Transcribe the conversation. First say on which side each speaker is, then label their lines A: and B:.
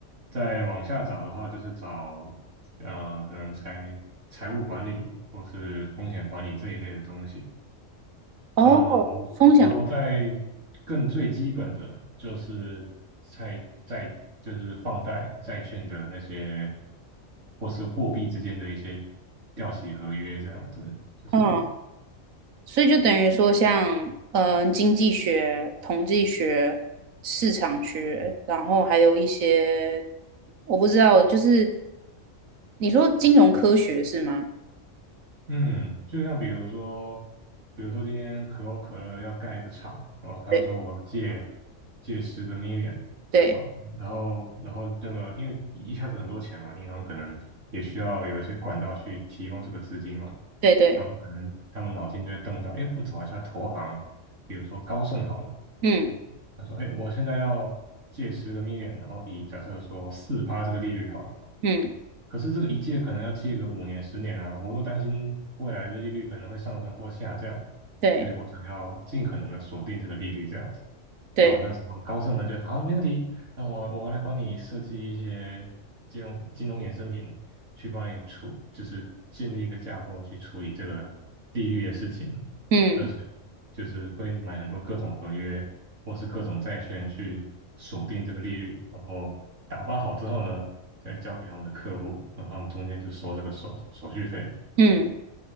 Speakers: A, on the right (about 65°); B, on the right (about 80°).
A: 再往下找的话，就是找呃，可能财财务管理或是风险管理这一类的东西。
B: 哦，
A: 嗯，
B: 风险，
A: 然后再更最基本的就是债债就是放贷债券的那些，或是货币之间的一些掉期合约这样子，就是
B: 嗯，所以就等于说像，嗯，经济学、统计学、市场学，然后还有一些，我不知道，就是你说金融科学是吗？
A: 嗯，就像比如说，比如说今天可口可乐要盖一个厂，然后他说我要借
B: 对
A: 借十个 million，
B: 对
A: 啊，然后然后这个因为一下子很多钱嘛，银行可能也需要有一些管道去提供这个资金嘛，
B: 对对，
A: 可能他们脑筋就会动到，哎，我找一下投行，比如说高盛好了，
B: 嗯
A: 他说，哎，我现在要借十个 million，然后以假设说四趴这个利率好了，
B: 嗯，
A: 可是这个一借可能要借个五年十年啊，我又担心未来的利率可能会上升或下降，
B: 对
A: 所以我想要尽可能的锁定这个利率这样子。
B: 对，
A: 然后那时候高盛呢就好，没问题，那我我来帮你设计一些金融金融衍生品，去帮你处，就是建立一个架构去处理这个利率的事情。
B: 嗯
A: 呃，所以就是会买很多各种合约或是各种债券去锁定这个利率，然后打包好之后呢，再交给他们的客户，然后他们中间就收这个手手续费。
B: 嗯，